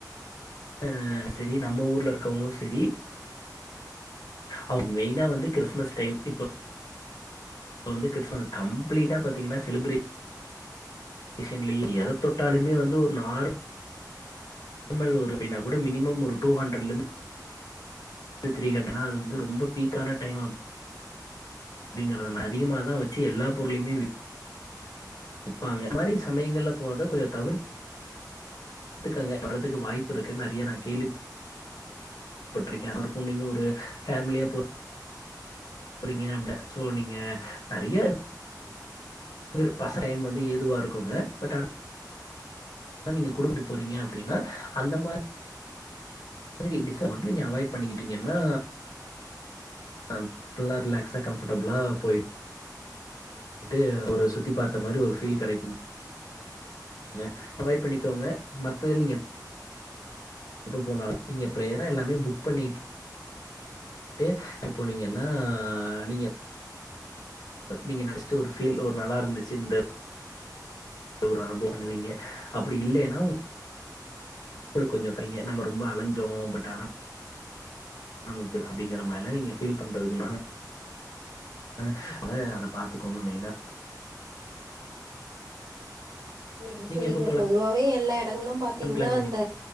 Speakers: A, on the left; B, on the right.
A: ஹ சரி நம்ம ஊர்ல இருக்கவங்களும் சரி அவங்க மெயினா வந்து கிறிஸ்மஸ் டைம் இப்ப இ வந்து கிறி கம்ப்ளீட்டா பாத்தீங்கன்னா செலிப்ரேஷன் எதை தொட்டாலுமே வந்து ஒரு நார் நார்மல் ஒரு எப்டினா கூட மினிமம் ஒரு டூ ஹண்ட்ரட்லந்து த்ரீ ஹண்ட்ன அது வ ரொம்ப பீக்கான டைம் அப்படிங்கறதுன அதிகமா தான் வச்சு எல்லா பொருளையும விப்பாங்க மாரி சமயங்கள்ல போறதை கொஞ்சம் தவிர்தக்கங்க வர்றதுக்கு வாய்ப்பு இருக்குன்னு நிறைய நான் கேள்விப்பட்டிருக்கேன் அதுரைக்கும் நீங்க ஒரு. பேமிலியா போ றீங்க அப்ட சோ நீங்க அறிய ற பச டைம் வந்து ஏதுவா இருக்குங்க பட் ஆ நீங்க குடுபிட்டு போறீங்க அப்படின்னா அந்த மாதிரி டிஸ்ஸ மட்டு நீங்க அவாய்ட் பண்ணிக்கிட்டீங்கன்னா அ நல்லா ரிலாக்ஸா கம்ஃபர்ட்டபுளா போயிட்டு ஒரு சுத்தி பார்த்த மாதிரி ஒரு ஃபீல் கிடைக் கும்க ய் பண்ணிக்கோங்க மத்தத நீங்க எப்ப போனும் நீங்க பிரயரா எல்லாமே புக் பண்ணி இப்ப போனீங்கன்னா நீங்க நீங்க நெனச்சிட்டு ஒரு ஃபீல் ஒரு நல்லா இருந்துச்சு இந்த ஒரு அனுபவம் பண்ணுவீங்க அப்படி இல்லலைன்னாளுக்கு கொஞ்சம் கங்க நம்ப ரொம்ப அலைஞ்சோம் பட் ஆனா ஆ பே அப்படிங்கற <unintelligible> பண்றது குண அ அத அத பாத்துக்கோங்க மெயினா
B: செரி செரிங்க
A: நீங்க எப்ப
B: பொதுவாவே எல்லாம் இடங்களும் பாத்தீங்கன்னா
A: போலான்னு பிளான் பண்ணி
B: அந்த